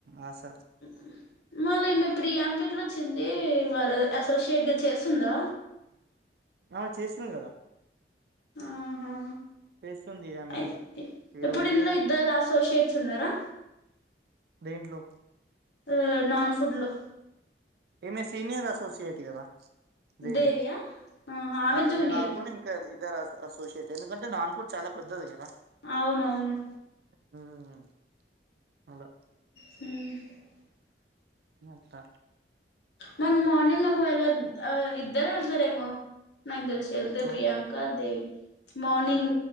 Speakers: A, on the right; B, on the left.
A: ఆ సార్
B: ఉ మళ్ళ ఈమె ప్రియాంక ఎట్లచ్చింది. వాళ అసోసియేట్ గా చేస్తుందా
A: ఆమె చేస్తుంది కదా
B: ఆహా!
A: చేస్తుంది ఆమె
B: అయితే
A: ఈ
B: ఇప్పుడు
A: రోజు
B: ఇందులో ఇద్దరు అసోసియేట్స్ తిన్నారా
A: దేంట్లో
B: ఆ నాన్ ఫుడ్ లో
A: ఈమె సీనియర్ అసోసియేట్ కదా దేవి
B: దేవియా ఆహా ఆమె
A: ఈమే
B: జూనియర్
A: కాకుండా, ఇంకా ఇద్దరు వస్త అసోసియేట్ ఎందుకంటే నాన్ పూర్ చాలా పెద్దది కదా.
B: అవునవును
A: మ్మ్ అలా
B: ఉమ్
A: ఇగా అట్ల
B: మరి మార్నింగ్ నాకు ఏలోద్, ఇద్దరు వెళ్తారేమో నాకు తెలిసీ. ఏళ్తే
A: అవు
B: ప్రియాంకా దేవి మార్నింగ్